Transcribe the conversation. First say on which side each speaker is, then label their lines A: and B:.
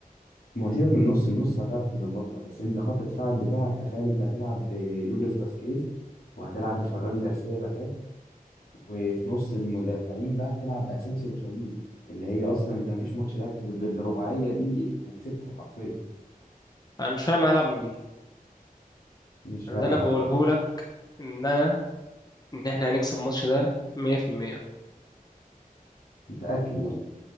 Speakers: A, on the left; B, on the left.
A: ما هو سيبك من النص النص هتعرف تظبطها بس انت خط دفاعك بتاعك تخيل انت هتلعب بلوكاس فاسكيز وهتلعب بفران جارسيا باكات وفي نص المدافعين بقى هتلعب باسينسيو وتشاوميني اللي هي اصلا انت مفيش ماتش لعبت ب- بالرباعيه دي وكسبته حرفيا
B: انا مش فاهم هلعب من مين
A: مش
B: اللي
A: فارقه
B: انا
A: العب
B: بقوله
A: بمين
B: لك ان انا ان احنا هنكسب الماتش ده 100%
A: متاكد يعني